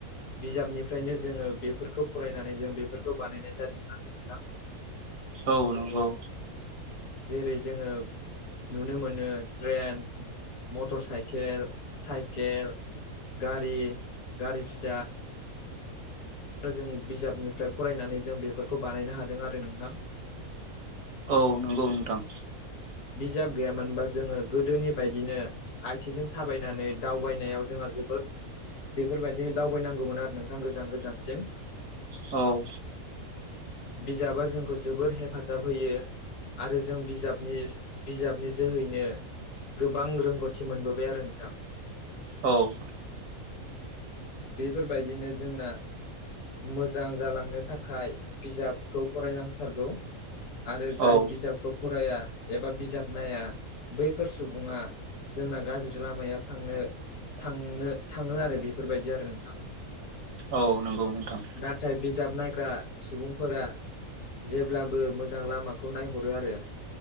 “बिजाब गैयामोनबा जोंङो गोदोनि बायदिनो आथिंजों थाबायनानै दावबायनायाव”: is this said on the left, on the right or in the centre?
Left